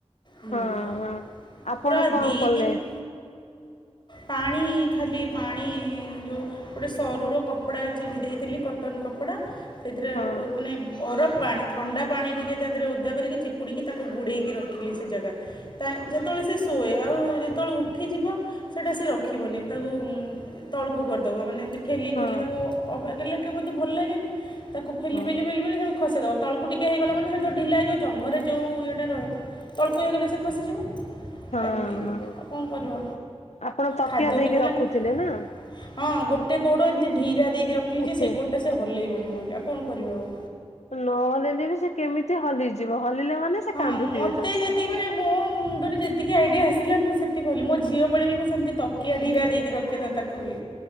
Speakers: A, on the left; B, on the left.
A: <unintelligible>
B: ହଁ ହଁ ଆପଣ
A: ପୁରା
B: କଣ
A: ଦିଇ
B: କଲେ
A: ଦିନ ପାଣି ଖାଲି ପାଣି ଯୋଉ ଗୋଟେ ସରୁର କପଡ଼ା ଚିରି ଦେଇଥିଲି କଟନ କପଡ଼ା ସେଥିରେ
B: ହଁ
A: ଓ ମାନେ ବରଫ ପାଣି ଥଣ୍ଡା ପାଣି ଟିକେ ତା ଦେହେରେ ଓଦା କରିକି ଚିପୁଡ଼ିକି ତାକୁ ଗୁଡ଼େଇକି ରଖିଲି ସେ ଜାଗା। ତାଏ ଯେତୋବୋଳେ ସିଏ ଶୋଏ ଆଉ ଯେତୋବୋଳେ ଉ ଠିଯିବ ସେଟା ସିଏ ରଖିବନି ତାକୁ ତଳୁକୁ କରିଦବ ମାନେ ଏମିତି ଠେଲି
B: ହଁ
A: ଠେଲି ତାକୁ ଅବାଗ୍ୟା ଲାଗେ ବୋଧେ ଭଲ ଲାଗେନି ତାକୁ ଫେଲି
B: ହଁ
A: ପେଲି ପେଲି ପେଲି ତାକୁ ଖସେଇଦେବ ତଳୁ କୁ ଟିକେ ହେଇଗଲା ମାନେ ସେ ତ ଢିଲା ହେଇଯିବ ଜଙ୍ଘରେ ଯେଉଁ ଇଏଟା ରହେ ତଳୁକୁ ହୋଇଗଲେ ସିଏ ଖସିଯିବ।
B: ହଁ
A: ଏମିତି
B: ହଁ
A: ଆଉ କଣ କରିବ
B: ଆପଣ ତକିଆ
A: ଖାଦ୍ୟ
B: ଦେଇକି
A: ବି ଖାଇଲାନି।
B: ରଖୁଥୁଲେ ନା।
A: ହଁ ଗୋଟେ ଗୋଡୋ ଏମିତି ଢିରା ଦେଇକି ରଖିଲି
B: ଉଠେ
A: ଯେ ସେଇ ଗୋଡ଼ଟା ସେ ହଲେଇବନି ବୋଲି ଆଉ କଣ କରିବା ଆଉ।
B: ନ ହଲେଇଲେ ବି ସିଏ କେମିତି ହଲିଯିବ ହଲିଲେ ମାନେ ସିଏ
A: ହଁ
B: କାନ୍ଦୁଥିବେ
A: ମୋତେ
B: ଜୋରସେ।
A: ଯେତିକି ମାନେ ମୋ ମୁଣ୍ଡରେ ଯେତିକି ଆଇଡିଆ ଆସିଲେ ମୁଁ ସେ ତି କହିଲି ମୋ ଝିଅ ବୋଳେ ବି ମୁଁ ସେମିତି ତକିଆ ଢିରା ଦେଇକି ରଖେତ ତାକୁ ବି।